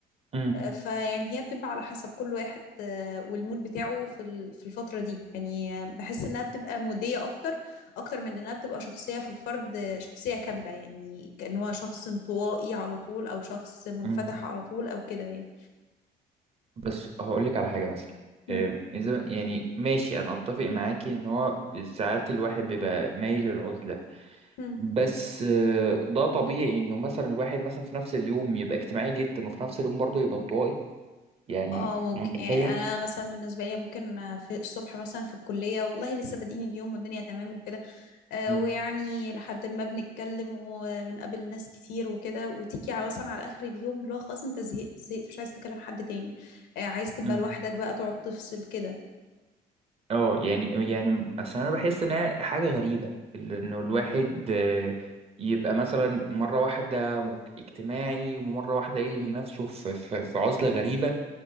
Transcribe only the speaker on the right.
مم.
مم.
بس هقول لك على حاجه مثلا
آه، اذا يعني ماشي انا اتفق معاكي ان هو ساعات الواحد بيبقى مايل للعزله
بس آه، ده طبيعي انه مثلا الواحد مثلا في نفس اليوم يبقى اجتماعي جدا وفي نفس اليوم برضه يبقى انطوائي يعني
منطقيه
مم.
مم.
اه يعني يعني اصل انا بحس ان هي حاجه غريبه ال- انه الواحد آه، يبقى مثلا مره واحده مك- اجتماعي ومره واحده يقلب
نفسه في في في عزله غريبه